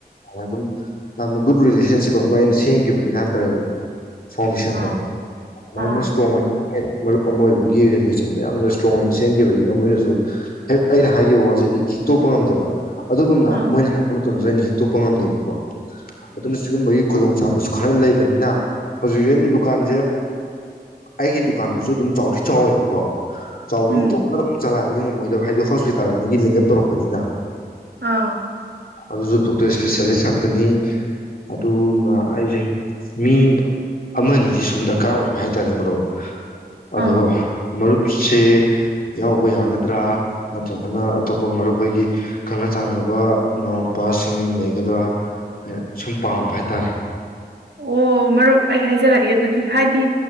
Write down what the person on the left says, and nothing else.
ꯑꯗꯨꯝ ꯌꯥꯝꯅ ꯒꯨꯗ ꯔꯤꯂꯦꯁꯟꯁꯤꯞ ꯑꯃ ꯑꯩꯅ ꯁꯤ ꯁꯦꯝꯈꯤꯕꯅꯤ ꯅꯠꯇ꯭ꯔ ꯐꯥꯎꯟꯗꯦꯁꯟꯗꯣ
ꯑꯗꯨꯃꯥꯏꯅ
ꯁꯇ꯭ꯔꯣꯡ ꯑꯣꯏꯅ ꯃꯔꯨꯞ ꯑꯃ ꯑꯣꯏꯕꯒꯤ ꯔꯤꯂꯦꯁꯟꯗ ꯌꯥꯝꯅ ꯁꯇ꯭ꯔꯣꯡ ꯑꯣꯏꯅ ꯁꯦꯝꯈꯤꯕꯅꯤꯅ ꯃꯣꯏꯅꯁꯨ ꯍꯦꯛ ꯑꯩꯅ ꯍꯥꯏꯈꯤꯕ ꯋꯥꯁꯦ ꯍꯤꯛꯇꯣꯛꯄ ꯉꯝꯗꯦꯕ ꯑꯗꯨꯒꯨꯝꯅ
ꯃꯣꯏꯅ ꯍꯥꯏ ꯗꯖꯨ ꯑꯩꯅ ꯍꯤꯛꯇꯣꯛꯄ ꯉꯝꯗꯦꯕꯀꯣ ꯑꯗꯨꯅ ꯁꯤꯒꯨꯝꯕꯒꯤ ꯈꯨꯗꯣꯡ ꯆꯥꯕꯁꯨ ꯈꯔ ꯂꯩꯕꯅꯤꯅ ꯍꯧꯖꯤꯛꯁꯦ ꯑꯩꯅ ꯗꯨꯀꯥꯟꯁꯦ ꯑꯩꯒꯤ ꯗꯨꯀꯥꯟꯗꯨꯁꯨ ꯑꯗꯨꯝ ꯆꯥꯎꯗꯤ ꯆꯥꯎꯋꯦꯕꯀꯣ ꯆꯥꯎꯕꯅꯤꯅ
ꯢꯇꯣꯝꯇ ꯗꯨꯝ ꯆꯂꯥꯏꯕꯗꯤ ꯉꯝ ꯃꯣꯏꯗꯣ ꯍꯥꯏꯗꯣ ꯍꯣꯁꯄꯤꯇꯥꯜ ꯑꯅꯤꯒꯤ ꯂꯤꯡ ꯑꯞ ꯇꯧꯔꯛꯄꯅꯤꯅ
ꯑꯗꯨꯁꯨ ꯗꯣꯛꯇꯔ ꯁ꯭ꯄꯦꯁ꯭ꯌꯦꯂꯤꯁ ꯉꯥꯛꯇꯅꯤ ꯑꯗꯨꯅ ꯑꯩꯁꯦ ꯃꯤ ꯑꯃꯅꯤꯁꯦ ꯁꯨꯝ ꯗꯔꯀꯥꯔ ꯑꯣꯏꯕ ꯍꯥꯏꯇꯥꯔꯦ ꯃꯔꯨꯞ
ꯑꯗꯣ ꯃꯔꯨꯞꯁꯦ ꯌꯥꯎꯕ ꯌꯥꯒꯗ꯭ꯔ ꯅꯠꯇ꯭ꯔꯒꯅ ꯑꯇꯣꯞꯄ ꯃꯔꯨꯞꯈꯣꯏꯒꯤ ꯈꯪꯅ ꯆꯥꯟꯅꯕ ꯏꯅꯥꯎꯄꯥꯁꯤꯡ ꯂꯩꯒꯗ꯭ꯔ ꯑꯩꯅ ꯁꯨꯝ ꯄꯥꯝꯕ ꯍꯥꯏꯇꯔꯦ